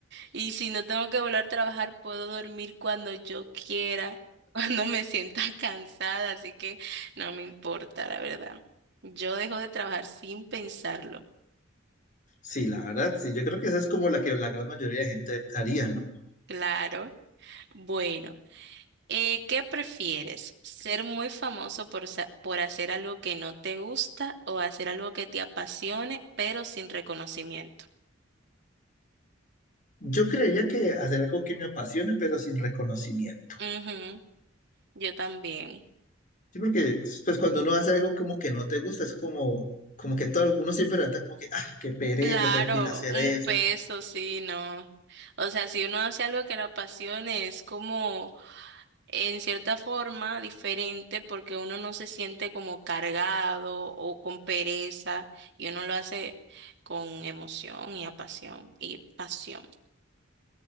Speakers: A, on the right; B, on the left.
A: Y si no tengo que volver a trabajar, puedo dormir cuando yo quiera, <laughs> cuando me sienta <laughs> cansada, así que no me importa, la verdad. Yo dejo de trabajar sin pensarlo.
B: Sí, la verdad, sí, yo creo que esa es como la que la gran mayoría de gente haría, ¿no?
A: Claro. Bueno, eh, ¿qué prefieres? ¿Ser muy famoso por, sa- por hacer algo que no te gusta o hacer algo que te apasione, pero sin reconocimiento?
B: Yo creía que hacer algo que me apasione, pero sin reconocimiento.
A: Ujú, yo también.
B: Sí, porque pues cuando uno hace algo como que no te gusta, es como, como que todo, uno siempre levanta como que, ah, qué pereza,
A: Claro,
B: tengo que ir a hacer
A: un
B: eso.
A: peso, sí, no. O sea, si uno hace algo que le apasione, es como en cierta forma diferente porque uno no se siente como cargado o con pereza y uno lo hace con emoción y apasión y pasión.